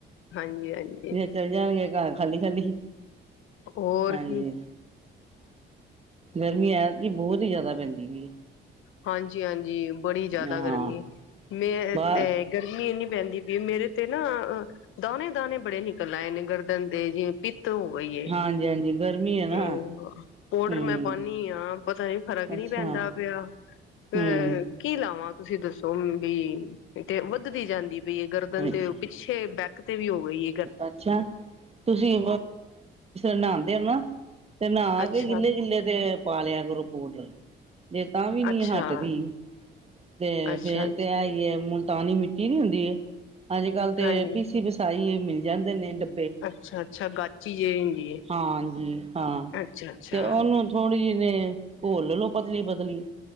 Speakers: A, on the left (about 85°); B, on the right (about 30°).
A: ਹਾਂਜੀ ਹਾਂਜੀ
B: ਵਿਚ ਚਲੇ ਜਾਣਗੇ ਘਰ ਖਾਲੀ, ਖਾਲੀ
A: ਹੋਰ
B: ਹਾਂਜੀ।
A: ਕੀ
B: ਗਰਮੀ ਐਕਤੀ ਬਹੁਤ ਹੀ ਜਾਦਾ ਪੈਂਦੀ ਪਈ ਏ।
A: ਹਾਂਜੀ-ਹਾਂਜੀ ਬੜੀ ਜ਼ਿਆਦਾ
B: ਹੈ ਹਾਂ
A: ਗਰਮੀ ਮੇਂ,
B: ਬਾਹਰ
A: ਤੇ ਗਰਮੀ ਇੰਨੀ ਪੈਂਦੀ ਪਈ, ਮੇਰੇ ਤੇ ਨਾ ਦਾਨੇ-ਦਾਣੇ ਬੜੇ ਨਿਕਲ ਆਏ ਨੇ ਗਰਦਨ ਤੇ, ਜਿਵੇਂ ਪਿੱਤ ਹੋ ਗਈ ਏ।
B: ਹਾਂਜੀ ਹਾਂਜੀ ਗਰਮੀ ਹੈ ਨਾ
A: ਤੇ, ਪੋੜਰ
B: ਹਮ
A: ਮੈਂ ਪਾਂਨੀ ਆਂ, ਪਤਾ ਨੀ ਫ਼ਰਕ ਨੀ
B: ਅੱਛਾ
A: ਪੈਂਦਾ ਪਿਆ। ਤੇ
B: ਹਮ
A: ਕੀ ਲਾਵਾਂ? ਤੁਸੀਂ ਦੱਸੋ ਵੀ ਤੇ, ਵੱਧਦੀ ਜਾਂਦੀ ਪਈ ਗਰਦਨ
B: ਅੱਛਾ
A: ਤੇ ਪਿੱਛੇ ਬੈਕ ਤੇ ਵੀ ਹੋ ਗਈ ਹੈ।
B: ਅੱਛਾ! ਤੁਸੀਂ ਨਹਾਂਦੇ ਓ ਨਾ, ਤੇ ਨਹਾਕੇ
A: ਅੱਛਾ,
B: ਗਿੱਲੇ-ਗਿੱਲੇ ਤੇ ਪਾਲਿਆ ਕਰੋ, ਪੋਡਰ। ਜੇ ਤਾਂ ਵੀ ਨੀ
A: ਅੱਛਾ,
B: ਹਟਦੀ, ਤੇ
A: ਅੱਛਾ,
B: ਫੇਰ
A: ਅੱਛਾ
B: ਤੇ ਐਈ ਏ ਤਾਨੀ ਮਿੱਟੀ ਨੀ ਹੁੰਦੀ ਏ, ਅੱਜ-ਕੱਲ ਤੇ
A: ਹਾਂਜੀ।
B: ਪੀਸੀ-ਪੀਸਾਈ ਮਿਲ ਜਾਂਦੇ ਨੇ ਡੱ
A: ਅੱਛਾ-ਅੱਛਾ ਗਾਚੀ ਜਿਹੜੀ ਹੁੰਦੀ ਏ।
B: ਹਾਂਜੀ, ਹਾਂ,
A: ਅੱਛਾ-ਅੱਛਾ
B: ਤੇ ਉਹਨੂੰ ਥੋੜ੍ਹੀ ਜਿਹੀ ਨੇ ਘੋਲ ਲਓ ਪਤਲੀ-ਪਤਲੀ,